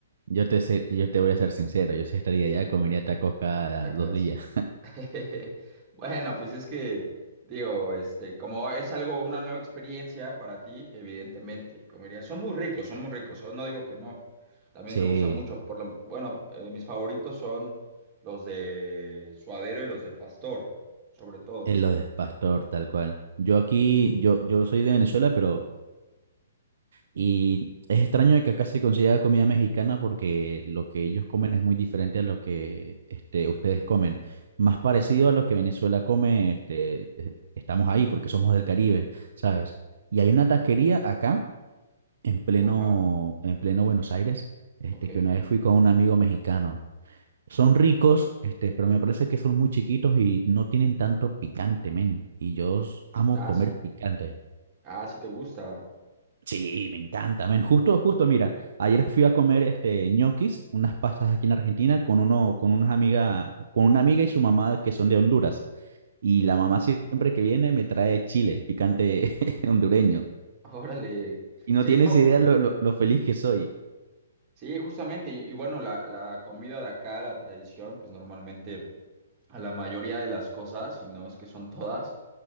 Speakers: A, on the right; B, on the right.
A: yo te, sé- yo te voy a ser sincero. Yo sí estaría allá, comería tacos cada
B: Cacas.
A: dos días.
B: <laughs> Bueno, pues es que, digo, este, como es algo, una nueva experiencia para ti, evidentemente, comería. Son muy ricos, son muy ricos, oh, no digo que no. También
A: Sí,
B: me gustan mucho, por lo, bueno, eh, mis favoritos son los de suadero y los de pastor, sobre todo.
A: es lo de pastor, tal cual. Yo aquí, yo, yo soy de Venezuela, pero Y es extraño de que acá se consiga comida mexicana porque lo que ellos comen es muy diferente a lo que este, ustedes comen. Más parecido a lo que Venezuela come, este, eh, estamos ahí porque somos del Caribe, ¿sabes? Y hay una taquería acá, en pleno,
B: Ajá,
A: en pleno Buenos Aires, este,
B: ok.
A: que una vez fui con un amigo mexicano. Son ricos, este, pero me parece que son muy chiquitos y no tienen tanto picante, men. Y yo s- amo
B: Ah,
A: comer
B: sí,
A: picante.
B: Ah, si te gusta.
A: Sí, me encanta, men. Justo, justo, mira, ayer fui a comer este ñoquis, unas pastas aquí en Argentina con uno, con unas amigas, con una amiga y su mamá que son de Honduras. Y la mamá siempre que viene me trae chile, picante <laughs> hondureño.
B: <laughs> Órale.
A: Y no
B: Sí,
A: tienes
B: no,
A: idea
B: jus-
A: lo, lo, lo feliz que soy.
B: sí, justamente. Y, y bueno, la, la comida de acá, la tradición, pues normalmente a la mayoría de las cosas, y no es que son todas,